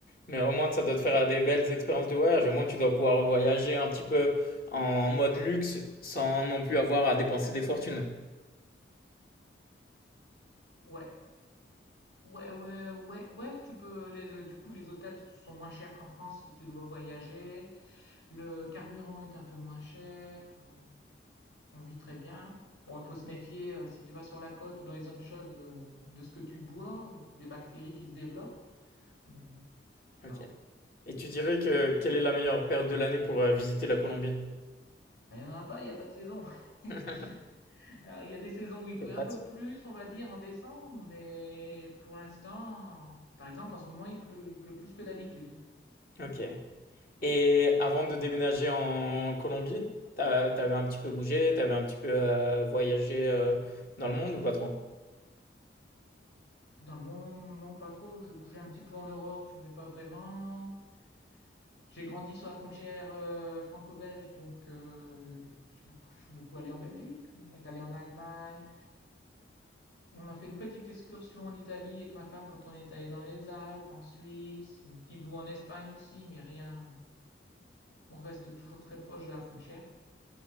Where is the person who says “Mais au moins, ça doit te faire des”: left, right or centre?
Left